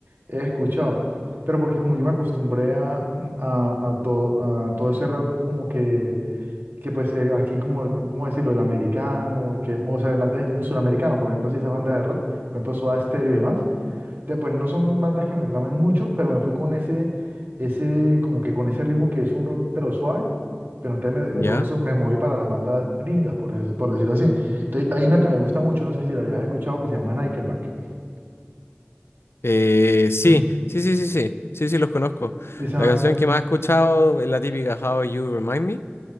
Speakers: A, on the right; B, on the left.
A: he escuchado. Pero porque como yo me acostumbré a, mm, a, a, to- a todo ese rock como que, que pues eh, aquí como, el- ¿cómo decirlo? El americano, que es, o sea, el, am- el sudamericano, por ejemplo, así esa banda de rock, por ejemplo, Soda Stereo y demás. Te- Pues no son bandas que me tramen mucho, pero me fui con ese, ese, como que con ese ritmo que es un rock pero suave. Pero entonces
B: ¿Ya?
A: me- eh, con eso me moví para las bandas gringas, por, des- por decirlo así. Entonces, hay una que me gusta mucho, no sé si la hayas escuchado, que se llama Nickelback. <clears throat>
B: Eh, sí,
A: Mm.
B: sí, sí, sí, sí, sí, sí, los conozco.
A: Esa,
B: La canción que más he escuchado es la típica How You Remind Me.